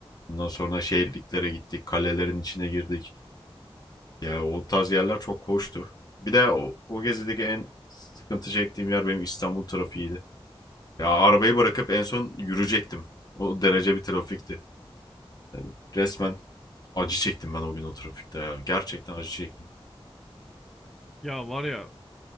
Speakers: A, on the left; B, in the centre.
A: Ondan sonra şehirliklere gittik, kalelerin içine girdik. Ya o tarz yerler çok hoştu. Bir de o, o gezideki en sıkıntı çektiğim yer benim İstanbul trafiğiydi. Ya arabayı bırakıp en son yürüyecektim. O derece bir trafikti. Yani resmen acı çektim ben o gün o trafikte ya. Gerçekten acı çektim.
B: Ya var ya